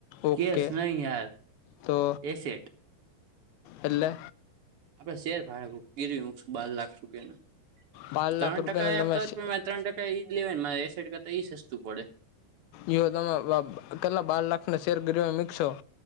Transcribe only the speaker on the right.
કેશ નહી યાર
એસેટ
આપડે શેર <unintelligible> ગીરવી મૂકશું બાર લાખ રૂપિયાનું
ત્રણ
ટકા એ આપતા
હોય પણ મારે ત્ર ટકા એઈજ લેવાય ને મારે એસેડ કરતા એઈ સસ્તું પડે